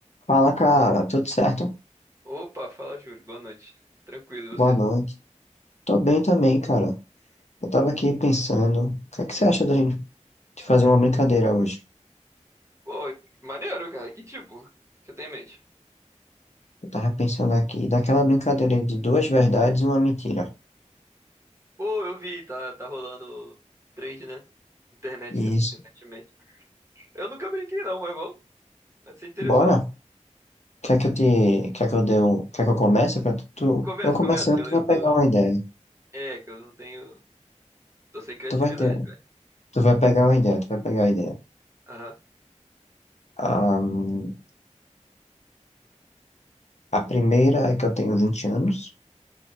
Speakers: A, on the left; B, on the right.
A: Fala, cara, tudo certo?
B: Opa, fala Júlio, boa noite. Tranquilo, e você?
A: Boa noite. Tô bem também, cara. Eu tava aqui pensando, o que é que você acha da gente de fazer uma brincadeira hoje?
B: Pô, maneiro, cara, que tipo você tem em mente?
A: Eu tava pensando aqui, daquela brincadeira de duas verdades e uma mentira.
B: Pô, eu vi, tá, tá rolando trend, né? Internet
A: Isso.
B: re- recentemente. Eu nunca brinquei não, mas vamos, vai ser interessante.
A: Bora? Quer que eu te, quer que eu dê um, quer que eu comece pra tu? tu-
B: Começa,
A: Eu começando,
B: começa, que eu,
A: tu vai
B: eu
A: pegar
B: tô...
A: uma ideia.
B: É, que eu não tenho... Tô sem criatividade,
A: Tu vai ter,
B: velho.
A: tu vai pegar uma ideia, tu vai pegar a ideia.
B: Aham,
A: Ahn, a primeira é que eu tenho 20 anos,